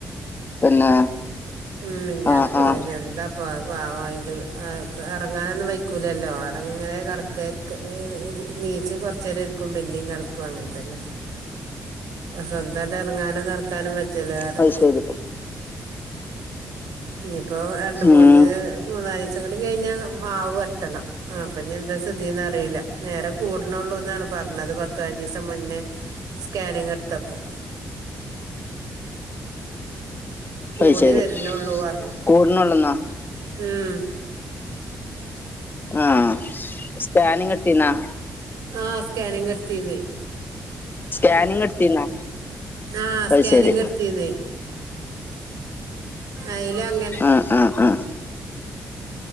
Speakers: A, on the left; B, on the right.
A: പിന്നെ
B: ഉം മിഞ്ഞാന്ന്
A: ആഹ്
B: പോയതാ
A: ആഹ്
B: എന്താ പ്പാ പാവായിട്ടു അ എർങ്ങാനൊന്നും വയ്ക്കൂലല്ലോ ആവ്ടങ്ങനെ കെടക്കാ ക്ക് <unintelligible> നീച്ച് കൊറച്ചേരം ഇർക്കും പിന്നിം കെട്ക്കും അങ്ങൻത്തന്നെ സ്വന്തായിട്ട് എർങ്ങാനും നട്ക്കാനും വെജല്ലോറിയ
A: അത് ശരി
B: ഇനിപ്പോ രണ്ട്
A: ഉം
B: മൂന്ന് മൂന്നാലീസം കണ്ട് കഴിഞ്ഞാൽ മാവ് വെട്ടണം ആ അപ്പൊ ഞ് എന്താചാ ഇതീന്ന് അറീല്ല നേരെ കൂട്ണള്ളൂന്നാണ് പർ ഞ്ഞത് പത്തു പയ്ഞ്ഞീസം മുന്നേ സ്കാനിങ് ഇട്ത്തപ്പോ കൂടി
A: അയ് ശെരി
B: വരണുള്ളൂ പറഞ്ഞു
A: കൂട്ണൊള്ളൂന്നോ
B: ഉം
A: ആഹ് സ്കാനിങ് ഇട്ത്തിനോ
B: ആഹ് സ്കാനിങ് ഇട്ത്തീനു
A: സ്കാനിങ് ഇട് ത്തിര്ന്നോ
B: ആ
A: അയ്
B: സ്കാനിങ്
A: ശെരി
B: എടുത്തീന്നേ അയ്ലങ്ങനെ
A: ആഹ് ആഹ് ആഹ്